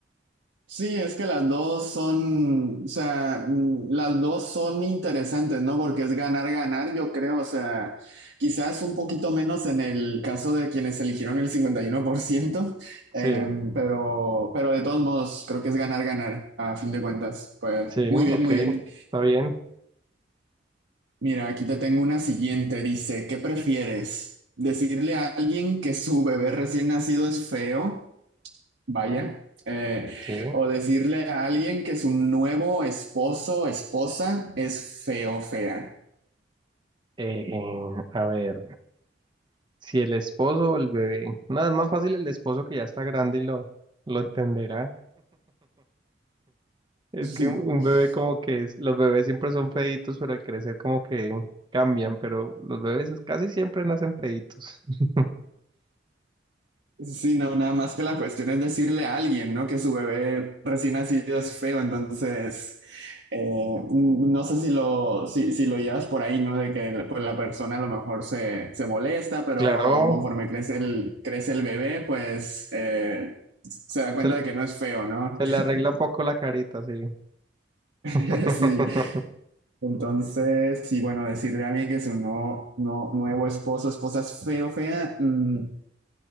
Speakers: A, on the right; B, on the right.
A: Sí, es que las dos son, o sea, mm, las dos son interesantes, ¿no? Porque es ganar, ganar, yo creo, o sea, quizás un poquito menos en el caso de quienes eligieron el 51%, <laughs> em,
B: Sí,
A: pero, pero de todos modos, creo que es ganar, ganar, a fin de cuentas. Pues
B: sí,
A: muy bien,
B: ok,
A: muy bien.
B: está bien.
A: Mira, aquí te tengo una siguiente, dice, ¿qué prefieres? ¿Decirle a alguien que su bebé recién nacido es feo? Vaya, eh,
B: Sí.
A: o decirle a alguien que su nuevo esposo, esposa es feo, fea.
B: Eh, a ver, si el esposo o el bebé. Nada, es más fácil el esposo que ya está grande y lo, lo entenderá. Es
A: <laughs>
B: que un, un bebé como que es- los bebés siempre son feitos, pero al crecer como que cambian, pero los bebés casi siempre nacen feitos. <laughs>
A: Sí, no, nada más que la cuestión es decirle a alguien, ¿no? Que su bebé recién nacido es feo, entonces eh, no sé si lo, si, si lo llevas por ahí, ¿no? De que pues, la persona a lo mejor se, se molesta, pero
B: Claro,
A: conforme crece el, crece el bebé, pues eh, se da cuenta
B: se-
A: de que no es feo, ¿no?
B: Se le arregla un poco la carita, sí.
A: <laughs>
B: <laughs>
A: Sí. Entonces, y bueno, decirle a alguien que su no, no- nuevo esposo, esposa es feo, fea, mm,